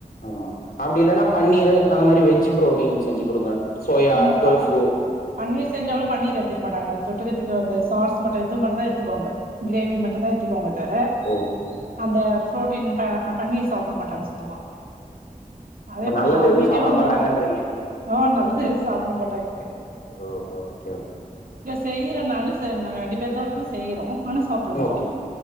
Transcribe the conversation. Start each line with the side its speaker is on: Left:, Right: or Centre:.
Left: ஆமா அப்டி இல்லன்னா பன்னீரு அந்த மாரி வெஜ்ஜு புரோட்டீன் செஞ்சு குடுங்க சோயா
Right: உம்
Left: டோஃபு
Right: ப பன்னீர் செஞ்சாலளும் பன்னீர் எடுத்துக்க மாட்டாங்க அது தொ ட்க்கறதுக்கு அந்த சாஸ் மட்டு இது மட்டு தா எத்துகுவாங்க கிரேவி மட்டுந்தா எத்துகுவாங்க எடுத்துட்போவாங்க தர
Left: ஓஹோ
Right: அந்த புரோட்டின் த பன்னீர் சாப்ட மாட்டாங்க சுத்தமா அதே
Left: அப்ப
Right: போல
Left: நல்லது
Right: வாங்கிட்டே
Left: எதுவு சாப்ட
Right: வந்தாலு
Left: மாட்டாங்கன்றீங்க
Right: ஆ நல்லா தே சாப்புட மாட்டாங்க இங்க
Left: ஓஹோ ஓகே ஓகே
Right: செய்ற நானு ச நாங்க ரெண்டு பேர்தா இருக்கோ செய்றோ ஆனா சாப்பற்றதில்ல
Left: ஓகே
Right: அவுங்க